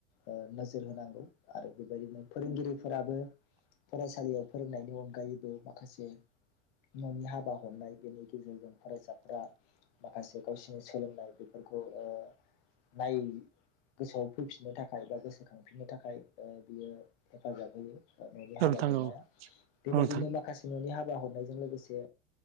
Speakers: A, on the left; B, on the right.
A: ओ नोजोर होनांगौ आरो बेबायदिनो फोरोंगिरिफोराबो फरायसालियाव फोरोंनायनि अनगायैबो माखासे न'नि हाबा हरनाय बेनि गेजेरजों फरायसाफोरा माखासे गावसि नि सोलोंनाय बेफोरखौ ओ नाय गोसोआव फैफिननो थाखाय बा गोसोखांफिननो थाखाय ओ बियो हेफाजाब होयो। ओ न'नि
B: नोंथां
A: हाबा हरनाया
B: औ
A: बेबायदिनो
B: नोंथां औ नोंथां
A: माखासे न'नि हाबा हरनायजों लोगोसे